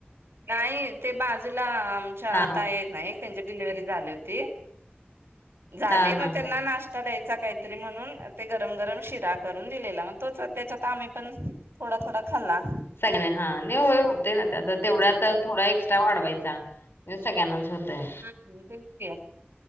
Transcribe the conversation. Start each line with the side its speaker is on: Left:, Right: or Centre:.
Right: नाही ते बाजूला आमच्या
Left: हा हा
Right: ताई येत. नाही त्यांची डिलिव्हरी झाली होती, झाली
Left: हा हा
Right: पण त्यांना
Left: हा
Right: नाश- द्यायचा काहीतरी म्हणून ते गरम गरम शिरा करून दिलेला मग तोच त्यांच्या काम- पण थोडा थोडा खाल्ला.
Left: सगळे हा, नाही होय होते ना त्या तेवढ्या आता थोडा एक्स्ट्रा वाढवायचा. नाही सगळ्यांनाच होतंय,
Right: हम्म तेच की.